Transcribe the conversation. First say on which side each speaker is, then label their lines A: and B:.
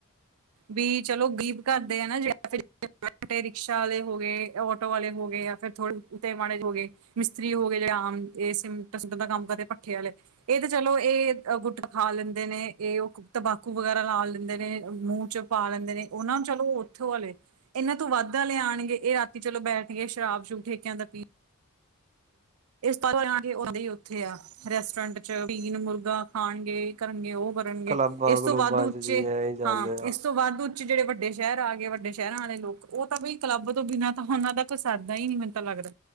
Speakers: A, on the right (about 80°); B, on the right (about 30°).
A: ਵੀ ਚਲੋ ਗਰੀਬ ਘਰਦੇ ਆ <unintelligible> ਨਾ ਜੇ ਫੇਰ ਰਿਕਸ਼ਾ ਵਾਲੇ ਹੋਗੇ, ਆਟੋ ਵਾਲੇ ਹੋਗੇ, ਆ ਫਿਰ ਥੋੜੇ ਤੇ ਮਾੜੇ ਹੋ ਗਏ, ਮਿਸਤਰੀ ਹੋਗੇ, ਆਮ ਏ ਸਿਮੰਟ ਸਿਮੁੰਟਾ ਦਾ ਕੰਮ ਕਰਦੇ ਭੱਠੇ ਆਲੇ। ਇਹ ਤੇ ਚਲੋ ਇਹ ਗੁੱਟ ਖਾ ਲੈਂਦੇ ਨੇ, ਇਹ ਉਹ ਤੰਬਾਕੂ ਵਗੈਰਾ ਲਾ ਲੈਂਦੇ ਨੇ। ਮੂੰਹ 'ਚ ਪਾ ਲੈਂਦੇ ਨੇ, ਉਹਨਾਂ ਨੂੰ ਚਲੋ ਉੱਥੋ ਆਲੇ ਇਹਨਾਂ ਤੋਂ ਵੱਧ ਆਲੇ ਆਣਗੇ, ਇਹ ਰਾਤੀ ਚਲੋ ਬੈਠਕੇ ਸ਼ਰਾਬ-ਸ਼ਰੂਬ ਠੇਕਿਆਂ ਤ ਪੀ ਤਦ ਈ ਉਥੇ ਆ। ਰੈਸਟੋਰੈਂਟ'ਚ, ਪੀਨ ਮੁਰਗਾ ਖਾਣਗੇ, ਏ ਕਰਨਗੇ, ਉਹ ਕਰਨਗੇ,
B: ਕਲੱਬਾਂ
A: ਇਸ ਤੋਂ
B: ਕਲੂਬਾਂ
A: ਵੱਧ ਉੱਚੇ
B: ਚ ਜੀ ਐ ਹੀ ਜਾਂਦੇ
A: ਹਾਂ,
B: ਆ
A: ਇਸ ਤੋਂ ਵੱਧ ਉੱਚ ਵੱਡੇ ਸ਼ਹਿਰ ਆਗੇ, ਵੱਡੇ ਸ਼ਹਿਰਾਂ ਆਲੇ ਲੋਕ ਉਹ ਬਈ ਕਲੱਬ ਤੋਂ ਬਿਨਾਂ ਤਾਂ ਉਹਨਾਂ ਦਾ ਉਹ ਤਾਂ ਸਰਦਾ ਈ ਨਹੀਂ ਮੈਨੂੰ ਤਾ ਲੱਗਦਾ,